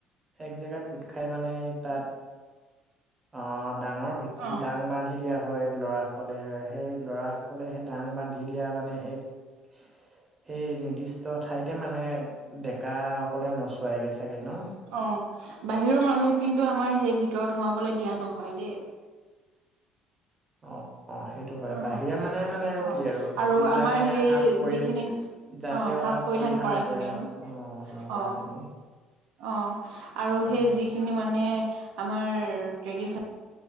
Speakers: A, on the right (about 20°); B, on the right (about 80°).
A: এক জেগাত গোট খাই মানে তাত আহ ডাঙৰ ভি
B: অ
A: দাং বান্ধি দিয়া হয় ল'ৰাসকলে সেই ল'ৰাসকলে সেই দাং বান্ধি দিয়া মানে এক <unintelligible> সেই নিৰ্দিষ্ট ঠাইতে মানে ডেকাসকলে নচোৱাইগে চাগে ন?
B: অহ, বাহিৰৰ মানুহ কিন্তু আমাৰ সেই ভিতৰত সোমাবলৈ দিয়া নহয় দেই।
A: অ অ সেইটো হয়
B: অহ
A: বাহিৰা
B: অহ,
A: মানে মানে আৰু কি
B: আৰু
A: যিবিলাক
B: আমাৰ
A: মানে
B: সেই
A: সাজ পৰি
B: যিখিনি
A: জাতীয়
B: অহ সাজ পৰিধান কৰাখিনি
A: নকৰে
B: আৰু
A: অ নকৰা
B: অহ।
A: খিনি
B: অহ আৰু
A: উম
B: সেই যিখিনি মানে আমাৰ ট্ৰেদি